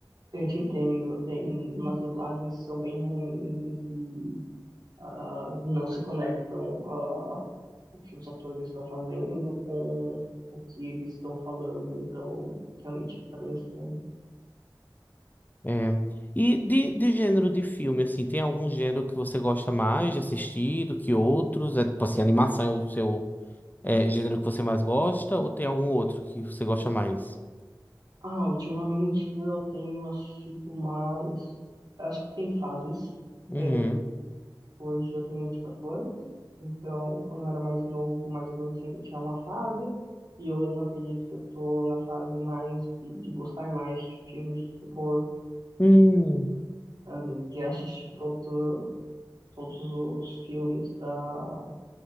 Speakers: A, on the right; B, on the left.
A: Eu te entendo, tem umas dublagens que são bem ruins e ah, não se conectam a o que os atores estão fazendo com o que eles estão falando, então realmente fica bem estranho.
B: É. E de, de gênero de filme, assim, tem algum gênero que você gosta mais de assistir do que outros? É, tipo assim, animação é o seu. É gênero que você mais gosta ou tem algum outro que você gosta mais?
A: Ah, ultimamente eu tenho assistido mais. eu Acho que tem fases.
B: Uhum.
A: é, Hoje eu tenho 24 anos, então quando eu era mais novo, mais adolescente, eu tinha uma fase, e hoje eu acredito que eu tô na fase mais de, de gostar mais de filmes de terror
B: Uhum.
A: Ahm, já assisti todo, todos os filmes da,